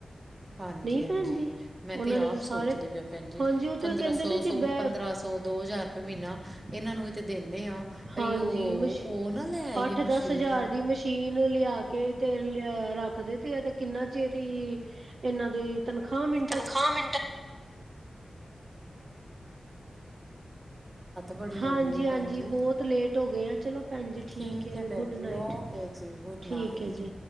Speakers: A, on the right; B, on the right.
A: ਹਾਂਜੀ
B: ਨਹੀਂ
A: -ਹਾਂਜੀ।
B: ਭੈਣ ਜੀ
A: ਮੈੰ
B: ਉਹਨਾਂ
A: ਤੇ ਆਪ
B: ਨੇ ਤਾਂ ਸਾਰੇ
A: ਸੋਚਦੀ ਪਈ ਆ ਭੈਣ ਜੀ,
B: ਹਾਂਜੀ ਉਹ ਤੇ
A: ਪੰਦਰਾਂ
B: ਕਹਿੰਦੇ
A: ਸੌ,
B: ਨੇ ਜੇ ਬੈ
A: ਪੰਦਰਾਂ ਸੌ ਦੋ ਹਜ਼ਾਰ ਰੁਪਏ ਮਹੀਨਾ, ਇਹਨਾਂ ਨੂੰ ਵੀ ਤੇ ਦਿੰਦੇ ਹਾਂ। ਆਈ
B: ਹਾਂਜੀ
A: ਉਹ,
B: ਮਸ਼
A: ਉਹ ਨਾ ਲੈ ਆਈਏ
B: ਅੱਠ
A: ਮਸ਼ੀਨ।
B: ਦਸ ਹਜ਼ਾਰ ਦੀ ਮਸ਼ੀਨ ਲਿਆ ਕੇ ਤੇ ਰੱਖਦੇ ਤੇ ਆ, ਤੇ ਕਿੰਨਾ ਚਿਰ ਹੀ ਇਹਨਾਂ ਦੇ ਤਨਖਾਹ ਮਿੰਟ
A: ਤਨਖਾਹ ਮਿੰਟਾਂ ਬੜੀ
B: ਹਾਂਜੀ
A: ਹੋ ਗਈ ਹੈ
B: ਹਾਂਜੀ
A: ਭੈਣ ਜੀ।
B: ਬਹੁਤ ਲੇਟ ਹੋ ਗਏ ਆ ਚਲੋ ਭੈਣ ਜੀ
A: ਠੀਕ ਹੈ ਭੈਣ
B: ਗੁੱਡ
A: ਜੀ
B: ਨਾਈਟ
A: ਓਕੇ ਜੀ। ਜੀ, ਗੁੱਡ
B: ਠੀਕ
A: ਨਾਈਟ।,
B: ਹੈ ਜੀ